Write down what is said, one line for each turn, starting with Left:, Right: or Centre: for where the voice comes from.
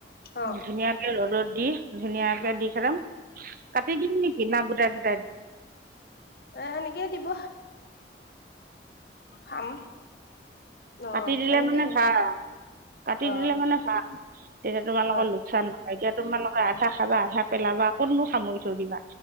Left: অ
Right: ধুনীয়াকে ৰ'দত দি ধুনীয়াকে
Left: উম
Right: দি পঠাম কাটি দিম নিকি না গোটাই গোটাই
Left: এ সেনেহে দিব খাম অ
Right: কাটি দিলে
Left: এনেকে
Right: মানে
Left: দিব
Right: ভাল কাটি
Left: অ
Right: দিলে মানে ভাল তেতিয়া তোমালোকৰ
Left: হয়
Right: লোকচান নহয় এতিয়া তোমালোকে আধা খাবা আধা পেলাবা কতনো সামৰি থৈ দিবা